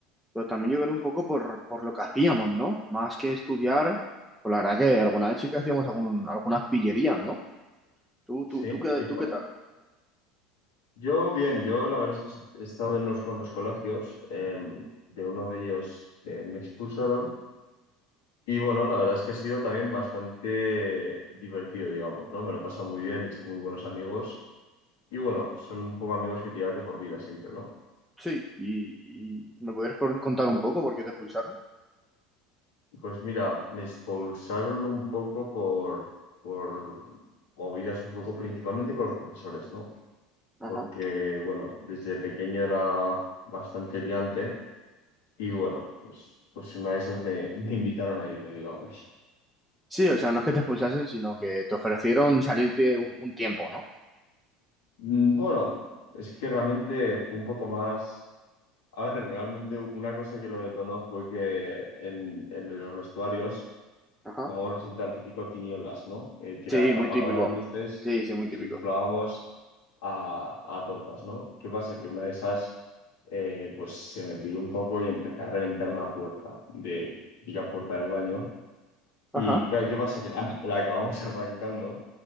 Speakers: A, in the centre; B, on the left.
A: pero también yo creo un poco por, por lo que hacíamos, ¿no? Más que estudiar, pues la verdad que alguna vez sí que hacíamos algún, algunas pillerías, ¿no? ¿Tú,
B: ¿Sí?
A: tú, tú, qué,
B: ¿Tipo?
A: tú qué tal?
B: Yo bien, yo la verdad es que he estado en unos cuantos colegios. eh, de uno de ellos eh, me expulsaron. Y bueno, la verdad es que ha sido también bastante divertido, digamos, ¿no? Me lo he pasado muy bien, he hecho muy buenos amigos. Y bueno, son un poco amigos que te llevas de por vida siempre, ¿no?
A: Sí. ¿Y, y me podrías por- contar un poco por qué te expulsaron?
B: Pues mira, me expulsaron un poco por, por movidas un poco principalmente con los profesores, ¿no?
A: Ajá.
B: Porque, bueno, desde pequeño era bastante liante y bueno, pues, pues una de esas me, <laughs> me invitaron a irme, digamos.
A: Sí, o sea, no es que te expulsasen, sino que te ofrecieron salirte un, un tiempo, ¿no?
B: Mm, Bueno, es que realmente fue un poco más... A ver, realmente una cosa que lo detonó fue que en, en los vestuarios
A: Ajá.
B: jugábamos bastante al típico tinieblas, ¿no? Eh, que
A: Sí,
B: era apagar
A: muy típico.
B: las luces
A: Sí, sí,
B: y
A: muy
B: nos
A: típico.
B: inflábamos a, a tortas, ¿no? ¿Qué pasa? Que una de esas, eh, pues se me piró un poco y empecé a reventar una puerta de la puerta del baño. Y
A: Ajá.
B: claro, ¿qué pasa? Que la, <laughs> la acabamos arrancando